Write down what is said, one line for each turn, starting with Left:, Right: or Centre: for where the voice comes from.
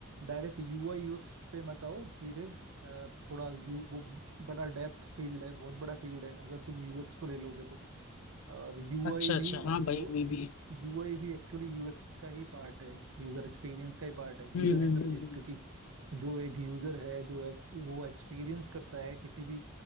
Right: direct यूआई यूएक्स पे मत आओ सीधे अ, थोड़ा यू वो बड़ा डेप्थ फील्ड है बहुत बड़ा फील्ड है अगर तुम यूएक्स को ले लोगे तो और यूआई
Left: अच्छा
Right: भी
Left: अच्छा हाँ भाई
Right: यू
Left: वो भी
Right: यूआई
Left: है
Right: भी एक्चुअली यूएक्स का ही पार्ट है यूजर एक्सपीरियंस का ही पार्ट है
Left: हम्म
Right: यूजर
Left: हम्म
Right: इंटरफेस
Left: हम्म हम्म।
Right: क्योंकि जो एक यूजर है जो एक, वो एक्सपीरियंस करता है किसी भी